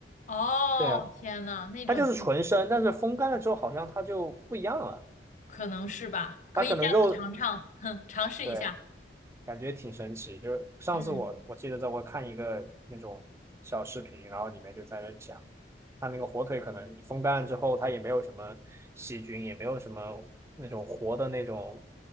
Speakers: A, on the left; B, on the right.
A: 哦，
B: 对啊，
A: 天呐，那种确实
B: 它就是纯生，但是风干了之后好像它就不一样了，
A: 可能是吧，可以下次尝尝，
B: 它可能肉，
A: 哼，尝试一下。
B: 对，感觉挺神奇。就是上次我我记得在我看一个那种小视频，
A: 嗯。
B: 然后里面就在那讲，它那个火腿可能风干了之后，它也没有什么细菌，也没有什么那种活的那种